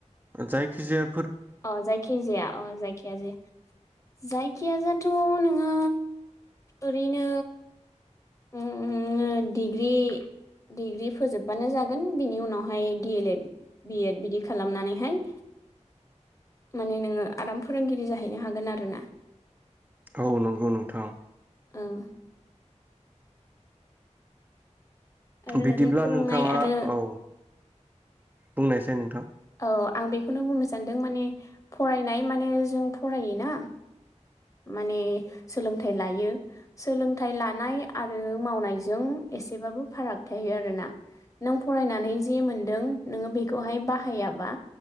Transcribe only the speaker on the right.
जायखि जाया
औ नंगौ नोंथां
बिदिब्ला
नोंथाङा
औ बुंनायसै नोंथां